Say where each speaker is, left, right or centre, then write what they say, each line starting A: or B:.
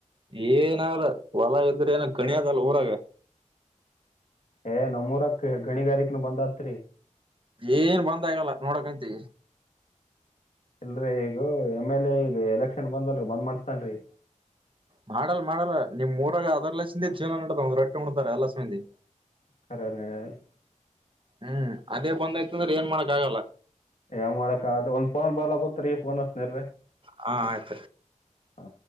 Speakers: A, on the right (about 40°); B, on the left (about 65°).
A: ಏನಾರ ಹೊಲ ಇದ್ರೆ ಏನ ಕಣಿದಲ್ಲ ಊರಾಗ.
B: ಎ ನಮ್ಮೂರಾಗ್ ಗಣಿಗಾರಿಕೆನ ಬಂದ್ ಆಯ್ತ್ರಿ.
A: ಏನ್ ಬಂದ ಆಗಲ್ಲ ನೋಡಕಂತಿ.
B: ಇಲ್ರೀ ಈಗ ಎಮ್-ಎಲ್-ಎ ಈಗ ಎಲೆಕ್ಷನ್ ಬಂದಲ್ರಿ ಬಂದ್ ಮಾಡಸ್ತಾನ್ರಿ.
A: ಮಾಡೋರ್ ಮಾಡೋರ್ ನಿಮ್ಮ ಊರಾಗ ಅದರ್ಲ್ಸಿಂದ ಜೀವನ ನಡದಾವ್ ಒಂದ್ ರೊಟ್ಟಿ ಉನ್ನತಾರ್ ಎಲ್ಲಾ ಸಂದಿ.
B: <unintelligible>
A: ಹ್ಮು ಅದೇ ಬಂದಾಯ್ತ ಅಂದ್ರೆ ಏನ್ ಮಾಡಕ್ ಆಗಲ್ಲ.
B: ಯಾವ ಮಾಡಕ <unintelligible> ಒಂದ್ ಫೋನ್ <unintelligible>
A: ಹಾ ಆಯ್ತು
B: ಆ